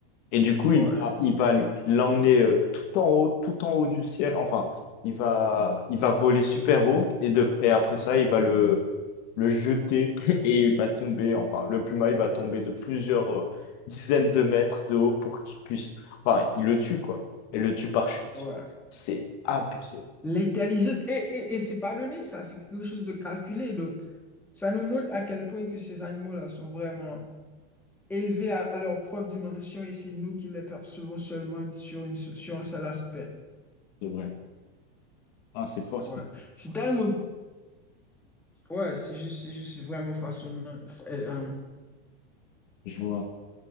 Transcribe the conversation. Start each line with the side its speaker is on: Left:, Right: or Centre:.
Left: et du coup, il
Centre: ouais,
Left: va, il va l'emmener euh, tout en haut, tout en haut du ciel. Enfin, il va, il va voler super haut et, de, et après ça, il va le, le jeter <laughs> et il va tomber. Enfin, le pluma, il va tomber de plusieurs euh, dizaines de mètres de haut pour qu'il puisse. Enfin, il le tue, quoi. Et le tue par chute.
Centre: ouais.
Left: C'est abusé.
Centre: L'intelligence, et, et, et c'est pas donné ça, c'est quelque chose de calculé. Donc, ça nous montre à quel point que ces animaux-là sont vraiment élevés à leur propre dimension et c'est nous qui les percevons seulement sur, une, sur un seul aspect.
Left: C'est vrai. Ah, c'est fort ce
Centre: Ouais.
Left: que
Centre: C'est tellement, ouais, c'est juste, c'est juste vraiment fascinant Euh, euh,
Left: je vois.